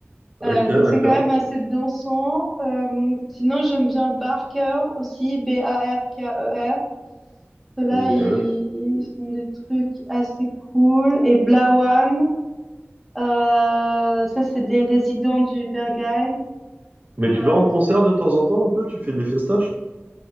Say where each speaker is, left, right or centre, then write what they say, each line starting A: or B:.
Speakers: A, on the right (about 40°); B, in the centre.
A: Ok,
B: Euh, donc
A: d'accord.
B: c'est quand même assez dansant. Euh, sinon, j'aime bien Barker aussi, B-A-R-K-E-R. Ceux-là,
A: Ok.
B: ils, ils font des trucs assez cool. Et Blawan, euh, ça, c'est des résidents du Berghain.
A: Mais tu
B: Euh,
A: vas en concert de temps en temps un peu? Tu fais des festaches?